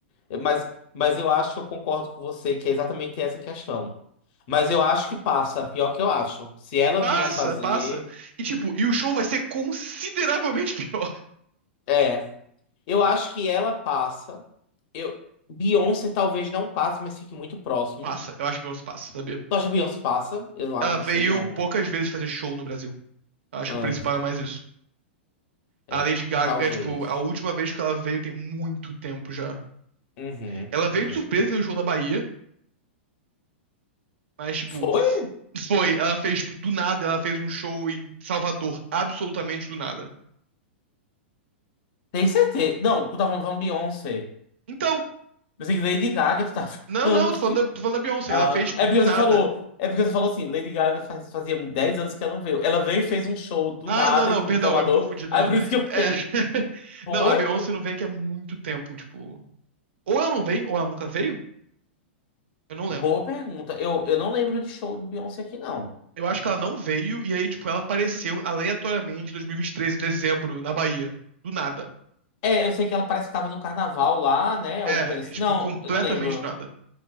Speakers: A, on the left; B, on the right.
A: é, Mas, mas eu acho que eu concordo com você que é exatamente essa questão. Mas eu acho que passa. Pior que eu acho. Se ela
B: Passa,
A: vier fazer.
B: passa. E tipo, e o show vai ser consideravelmente <laughs> pior.
A: É. Eu acho que ela passa. Eu, Beyoncé talvez não passe, mas fique muito próximo.
B: Passa, eu acho que Beyoncé passa, sabia?
A: Tu acha que Beyoncé passa? Eu não acho,
B: Ela
A: não
B: veio
A: sei não.
B: poucas vezes fazer show no Brasil. Eu acho que
A: Ahn,
B: o principal é mais isso. A
A: é,
B: Lady Gaga,
A: talvez.
B: é, tipo, a última vez que ela veio tem muito tempo já.
A: Uhum,
B: Ela veio
A: uhum.
B: de surpresa no show na Bahia, mas tipo,
A: Foi?
B: <sniffs> f- foi, ela fez, tipo, do nada, ela fez um show em Salvador, absolutamente do nada.
A: Tem certeza. Não, tu tá falando, falando Beyoncé.
B: Então,
A: Pensei que Lady Gaga tu tá <laughs>
B: não,
A: falando.
B: não,
A: de-
B: tô falando da, tô falando da Beyoncé,
A: Ah,
B: ela fez, tipo,
A: é
B: do
A: porque
B: nada.
A: você falou. É porque você falou assim, Lady Gaga faz- fazia 10 anos que ela não veio. Ela veio e fez um show do
B: Ah,
A: nada
B: não, não,
A: em
B: perdão,
A: Salvador.
B: eu me confundi, não,
A: Aí
B: não.
A: por isso que eu fiquei.
B: É... <laughs>
A: Foi?
B: Não, a Beyoncé não vem aqui há muito tempo, tipo. Ou ela não vem, ou ela nunca veio, eu não lembro.
A: Boa pergunta. Eu, eu não lembro de show de Beyoncé aqui, não.
B: Eu acho que ela não veio, e aí, tipo, ela apareceu aleatoriamente em 2023, em dezembro, na Bahia. Do nada.
A: É, eu sei que ela parece que tava no carnaval lá, né? Alguma
B: É,
A: coisa assim.
B: tipo,
A: Não,
B: completamente
A: eu não lembro.
B: do nada.